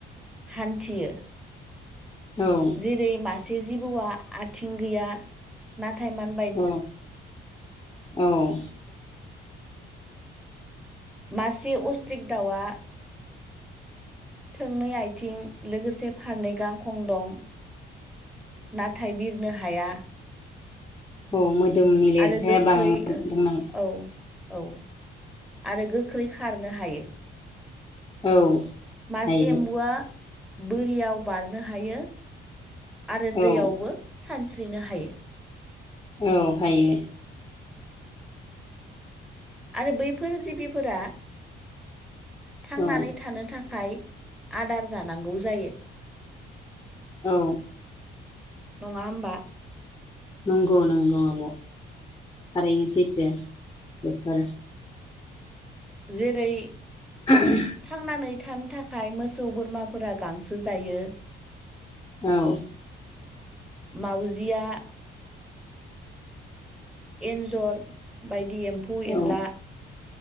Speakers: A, in the centre; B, on the left.
A: हान्थियो
B: औ
A: जेरै मासे जिबौआ आथिं गैया नाथाय म
B: औ औ
A: मासे अस्ट्रिक दाउआ थोंनै आथिं लोगोसे फारनै गां खं दं नाथाय बिर थानो हाया
B: औ मोदोमनि लिरथाया
A: आरो गोख्रै
B: बांदों नामा
A: औ औ आरो गोख्रै खारनो हायो
B: औ
A: मासे
B: हायो
A: एम्बुआ बोरियाव बारनो हायो आरो
B: औ
A: दैयावबो सानस्रिनो हायो
B: औ हायो
A: आरो बैफोर जिबिफोरा थांनानै
B: औ
A: थानो थाखाय आदार जानांगौ जायो।
B: औ
A: नङा होमबा
B: नंगौ नगौ आब'। थारैनो सैथो बेफोर।
A: जेरै
B: <inaudible>
A: थांनानै थानो थाखाय मोसौ बोरमाफोरा गांसो जायो।
B: औ
A: माउजिया एन्जर बायदि एम्फौ एनला
B: औ